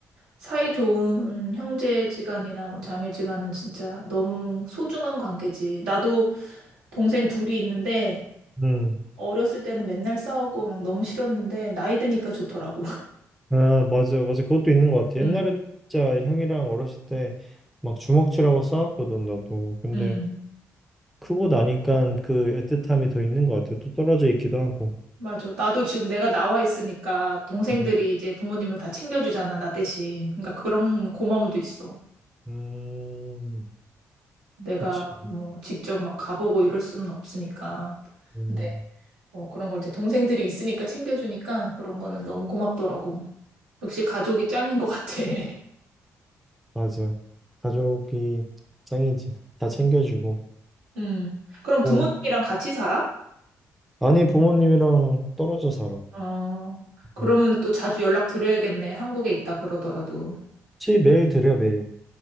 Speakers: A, on the right; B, in the centre.
A: 사이 좋은 형제지간이나 뭐 자매지간은 진짜 너무 소중한 관계지. 나도 동생 둘이 있는데
B: 음.
A: 어렸을 때는 맨날 싸우고 막 너무 싫었는데 나이 드니까 좋더라고. <laughs>
B: 아, 맞아, 맞아. 그것도 있는 것 같아.
A: 음,
B: 옛날에도 진짜 형이랑 어렸을 때 막 주먹질하고 싸웠거든, 나도. 근데
A: 음.
B: 크고 나니까 그 애틋함이 더 있는 것 같아. 또 떨어져 있기도 하고.
A: 맞아. 나도 지금 내가 나와 있으니까 동생들이
B: 음,
A: 이제 부모님을 다 챙겨주잖아, 나 대신. 그러니까 그런 고마움도 있어.
B: 음,
A: 내가
B: 그치.
A: 뭐 직접 막 가보고 이럴 수는 없으니까.
B: 음,
A: 근데 뭐 그런 걸 이제 동생들이 있으니까 챙겨주니까 그런 거는 너무 고맙더라고. 역시 가족이 짱인 것 같아. <laughs>
B: 맞아. 가족이 짱이지. 다 챙겨주고.
A: 음. 그럼
B: 뭐,
A: 부모님이랑 같이 살아?
B: 아니, 부모님이랑 떨어져 살아.
A: 어. 그러면
B: 음.
A: 또 자주 연락 드려야겠네. 한국에 있다 그러더라도.
B: 치, 매일 드려, 매일.